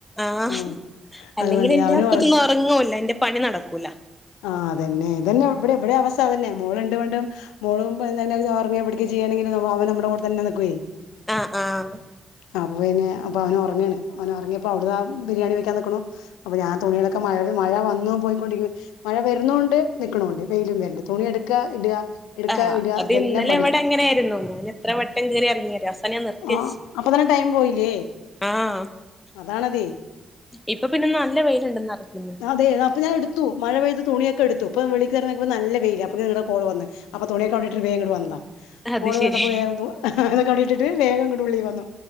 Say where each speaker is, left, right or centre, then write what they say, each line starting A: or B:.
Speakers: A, on the left; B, on the left.
A: ആഹ്
B: ഉം
A: അല്ലെങ്കിൽ
B: അതുകൊണ്ട്
A: എൻറെ
B: അവന്
A: ഒക്കത്തൊന്നും ഉറങ്ങുവല്ല എന്റെ പണി നടക്കൂല
B: ആ് അതന്നെ ഇതന്നെ ഇവിടെ എവിടെ അവസ്ഥ തന്നെ മോളുണ്ട് കൊണ്ടും മോള <unintelligible> പിടിക്കുക ചെയ്യയാണെങ്കിൽ അവ നമ്മുടെ കൂടെ തന്നെ നിക്കുവേ
A: ആഹ് ആഹ്.
B: അപ്പോ പിന്നെ അപ്പോ അവൻ ഉറങ്ങയാണ് അവന് ഉറങ്ങിയപ്പോ അവിടൊണ് ബിരിയാണി വെക്കാൻ നിക്കു അപ്പോ ഞാൻ തുണികളൊക്കെ മഴക മഴ വന്നു പോയിക്കൊണ്ടിരിക്ക മഴ വരുന്നുന്നോണ്ട് നിക്ക്ണൊണ്ട് വെയിലും വരണ്ട് തുണി എടുക്ക ഇടുക എടുക്ക
A: ആഹ്
B: ഇടുക
A: അത്
B: ഇതന്നെ
A: ഇന്നലെ
B: പണി
A: എവിടെ അങ്ങനെ ആയിരുന്നു ഞാൻ എത്ര വട്ടം കയറി ഇറങ്ങി അവസാനം ഞാൻ നിർത്തിവെച്ചു
B: ആ അപ്പൊ തന്നെ ടൈം പോയില്ലേ
A: ആഹ്.
B: അതാണതേ
A: ഇപ്പൊ പിന്നെ നല്ല വെയിലുണ്ടെന്ന്. അറിയിക്കുന്നു
B: അതെ അപ്പ ഞാൻ എടുത്തു മഴ പെയ്ത് തുണിയൊക്കെ എടുത്തു ഇപ്പം വെളിറങ്ങിയപ്പോൾ നല്ല വെയില് അപ്പോ നിങ്ങള കോൾ വന്ന് അപ്പോ തുണൊക്കയിട്ടിട് വേഗം വന്നതാ
A: അത്
B: കോള്
A: ശരി
B: കണ്ടപ്പോ വേഗം അതൊക്കെണ്ടിട്ടിട്ട് വേഗം ഇട്ട് ഉള്ളിൽ വന്നു